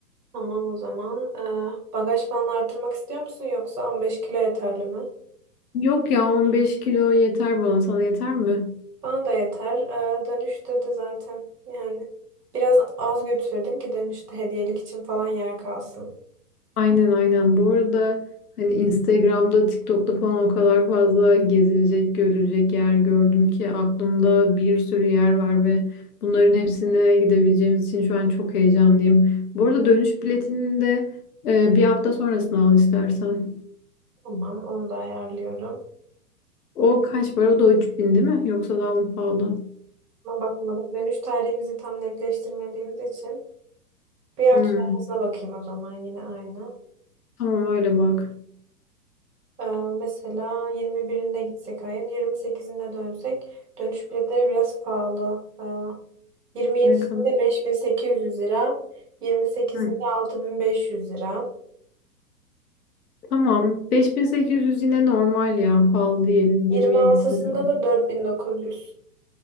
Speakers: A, on the right; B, on the left.
A: Tamam o zaman. E, bagaj falan artırmak istiyor musun yoksa 15 kilo yeterli mi?
B: Yok ya 15 kilo yeter bana sana yeter mi?
A: Bana da yeter. E, dönüşte de zaten yani biraz az götürelim ki dönüşte hediyelik için falan yer kalsın.
B: Aynen aynen. Bu arada hani Instagram'da, TikTok'ta falan o kadar fazla gezilecek, görülecek yer gördüm ki aklımda bir sürü yer var ve bunların hepsine gidebileceğimiz için şu an çok heyecanlıyım. Bu arada dönüş biletini de e, bir hafta sonrasını al istersen.
A: Tamam onu da ayarlıyorum.
B: O kaç para? O da 3000 değil mi? Yoksa daha mı pahalı?
A: Ama bakmadım dönüş tarihimizi tam netleştirmediğimiz için bir hafta
B: Hmm.
A: sonrasına bakayım o zaman yine aynı.
B: Tamam öyle bak.
A: Ee, mesela 21'inde gitsek ayın 28'inde dönsek dönüş biletleri biraz pahalı. Ee, 27'sinde
B: Ne kadar?
A: 5800 lira, 28'inde
B: Hı.
A: 6500 lira,
B: Tamam. beş bin sekiz yüz yine normal ya. Pahalı diyelim. Yirmi
A: 26'sında
B: 27'sini
A: da 4900.